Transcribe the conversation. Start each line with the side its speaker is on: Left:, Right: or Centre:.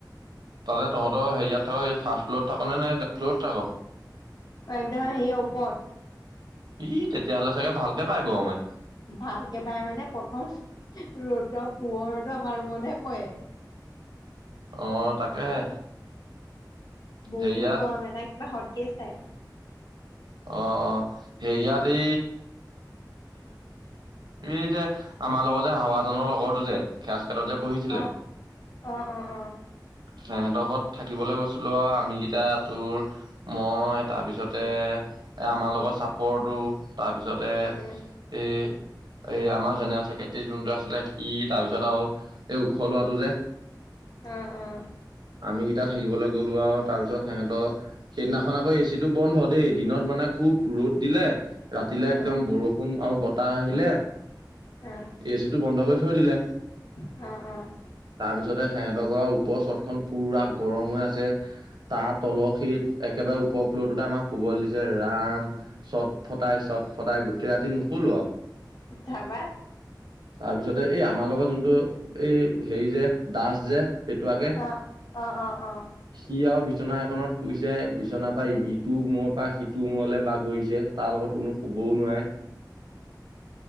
Right: তাতে তহতৰ হেৰিয়াত থাক এই ফাষ্ট ফ্ল'ৰত থাকনে নাই গা, ফ্ল'ৰত থাক।
Left: একদম হেৰি ওপৰত।
Right: ই, তেতিয়াহ'লে চাগে ভালকে পায় গৱে।
Left: ভালকে পায় মানে প্ৰথম ৰ'তৰ পোহৰটো আমাৰ ৰুমতে পৰে। <inaudible>
Right: অ, তাকেহে।
Left: বহুত
Right: হেৰিয়াত
Left: গৰম এটা কিবা হটকেচ টাইপ।
Right: অ', - অ', হেৰিয়াতে এই যে আমাৰ লগত যে হাৱাজানৰ লগৰটো যে খাছ <unintelligible> পহিছিলে।
Left: অ অ', অ', অ',
Right: সেহেতৰ ঘৰত থাকিবলৈ গৈছিলো আৰু আমিগিটা তোৰ মই তাৰপিছতে এ, আমাৰ লগত চাপৰটো তাৰপিছতে এ
Left: উম,
Right: এই আমাৰ জেনেৰেল চেক্ৰেটেৰী যোনটো আছিলে সি তাৰপিছত আৰু এই ওখ লৰাটো যে।
Left: অহ - অহ।
Right: মিগিতা থাকিবলে গ'লো আৰু তাৰ পিছত সেহেত' সেইদিনাখন আকৌ এ চিটো বন্ধ দেই। দিনত মানে খুব ৰ'দ দিলে। ৰাতিলে
Left: অ',
Right: একদম বৰষুণ আৰু বতাহ আহিলে।
Left: অ',
Right: এ চিটো বন্ধ কৰি থৈ দিলে।
Left: অ', অ',
Right: তাৰপিছতে সেহেতৰ ঘৰৰ ওপৰ চত খন পুৰা গৰম হৈ আছে। তাৰ তলখিত একেবাৰে উপপ ফ্লৰ আমাৰ শুব দিছে। যে ৰাম চট ফটাই চট ফটাই গোটেই ৰাতি নুসোলো আৰু
Left: তাৰপা
Right: তাৰপিছতে এই আমাৰ লগত যোনটো এই হেৰি যে দাস যে পেটুৱাকে
Left: অ', অ', অ', অ',
Right: সি আৰু বিচনা এখনত শুইছে বিছনাৰ পৰা ইটো মৰ পৰা সিটো মোৰলৈ বাাগৰিছে। তাৰ লগত কোনো ক'বও নোৱাৰে